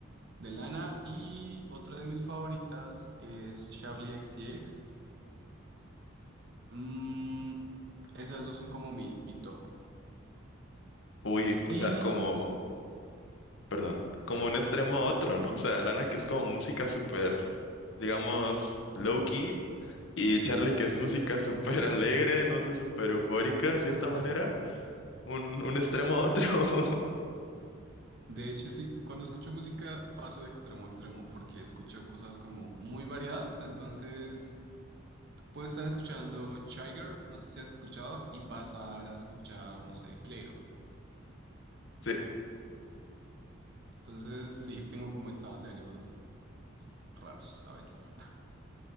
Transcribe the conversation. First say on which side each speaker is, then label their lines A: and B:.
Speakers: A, on the right; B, on the left.
A: de Lana. Y otra de mis favoritas es Charlie XCX. Mm, esas dos son como mi, mi top.
B: Uy,
A: Y
B: o sea, como, perdón, como un extremo a otro, ¿no? O sea, Lana que es como música súper, digamos, low-key, y Charlie que es música <laughs> súper alegre, no sé, súper eufórica, de cierta
A: <laughs>
B: manera. un, un extremo a otro. <laughs>
A: De hecho, sí, cuando escucho música paso de extremo a extremo porque escucho cosas como muy variadas. Entonces, puedo estar escuchando Chiger, no sé si has escuchado, y pasar a escuchar, no sé, Clairo.
B: Sí,
A: Entonces, sí, tengo como estados de ánimos raros a veces.